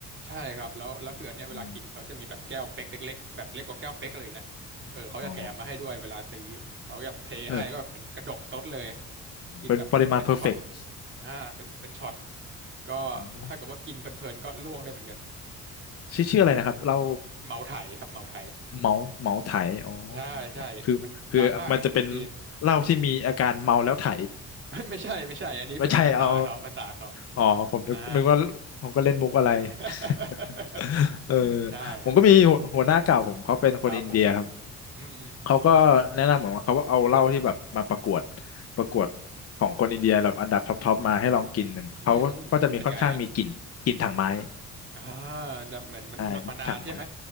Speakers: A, on the right; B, on the left.
A: ใช่ครับแล้วแล้วคืออันเนี้ยเวลากินเขาจะมีแบบแก้วเป๊กเล็กๆแบบเล็กกว่าแก้วเป๊กเลยนะเออเขาจะแถมมาให้ด้วยเวลาซื้อเขาแบบเทให้ก็แบบเหมือนกระดกซดเลย
B: อืมอ๋อเออ
A: กินแบบเป็นช็อต
B: เป็นปริมาณเพอร์เฟกต์
A: อ่าเป็นเป็นช็อตก็
B: อ๋อ
A: ถ้าเกิดว่ากินเพลินๆก็ล่วงได้เหมือนกัน
B: ชื่อชื่ออะไรนะครับเรา
A: เมาไถครับเมาไถ
B: เหมาเหมาไถอ๋อ
A: ใช่ใช่มันดังมากนะในจีน
B: คือคือมันจะเป็นเหล้าที่มีอาการเมาแล้วไถ
A: <laughs> ไม่ไม่ใช่ไม่ใช่อันนี้เป็นภาษาเขาภาษาเขา
B: ไม่ใช่เอาอ๋อผมนึกนึกว่าผมก็เล่นมุกอะไร
A: อ่า <laughs>
B: <laughs> เออ
A: ใช่ฮะ
B: ผมก็มีหัวหัวหน้าเก่าผมเขาเป็นคนอินเดียครับ
A: ครับผมอืมอืม
B: เขาก็แนะนำเหมือนว่าเขาเอาเหล้าที่แบบมาประกวดประกวดของคนอินเดียแบบอันดับท็อปทอปมาให้ลองกินหนึ่งเขาก็ก็จะมีค่อนข้างมีกลิ่นกลิ่นถังไม้
A: อืมอืมเป็นไงฮะ อ่าแต่เหมือนมันหมักมานานใช่ไหม
B: ใช่พวกถังไม้